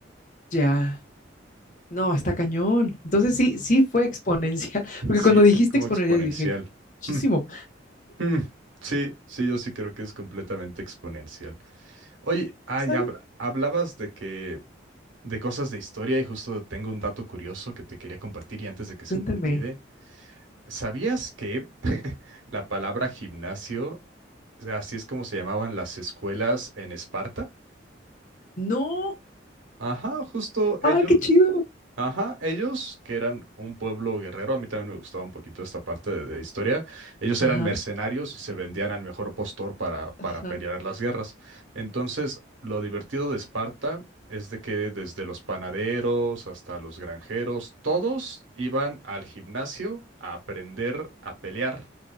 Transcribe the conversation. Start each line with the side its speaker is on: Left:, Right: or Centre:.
Left: Ya. No, está cañón. Entonces sí, sí fue exponencial, <laughs> porque
Right: Sí,
Left: cuando dijiste
Right: sí, es como
Left: exponencial
Right: exponencial.
Left: dije, muchísimo,
Right: <laughs> Mm, sí, sí, yo sí creo que es completamente exponencial. Oye, ay,
Left: ¿sabes?
Right: habla- hablabas de que de cosas de historia y justo tengo un dato curioso que te quería compartir y antes de que se
Left: Cuéntame.
Right: me olvide, ¿sabías que la palabra gimnasio, así es como se llamaban las escuelas en Esparta?
Left: No,
Right: Ajá, justo ellos,
Left: ay, qué chido.
Right: Ajá, ellos que eran un pueblo guerrero, a mí también me gustaba un poquito esta parte de, de historia, ellos
Left: Ajá,
Right: eran mercenarios y se vendían al mejor postor para, para
Left: ajá.
Right: pelear las guerras. Entonces, lo divertido de Esparta es de que desde los panaderos hasta los granjeros, todos iban al gimnasio a aprender a pelear.